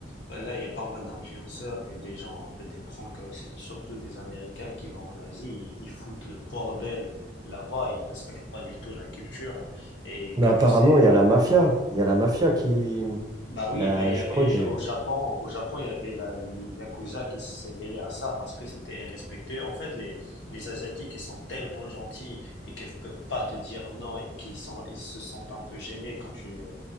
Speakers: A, on the left; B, on the right.
A: Bah là, il y a pas mal d'influenceurs et des gens un peu des pranks, euh, c'est surtout des Américains qui vont en Asie. Ils, ils foutent le bordel là-bas. Ils respectent pas du tout la culture. Et
B: Mais
A: comme
B: apparemment,
A: tu sais,
B: il y a la mafia. Il y a la mafia qui...
A: bah oui,
B: Là,
A: là il y
B: je
A: avait
B: crois que j'ai...
A: au Japon, au Japon il y avait la le Yakuza qui s'est mêlé à ça parce que c'était respecté. En fait, les les Asiatiques ils sont tellement gentils et qu'ils peuvent pas te dire non et qu'ils sont ils se sentent un peu gênés quand tu les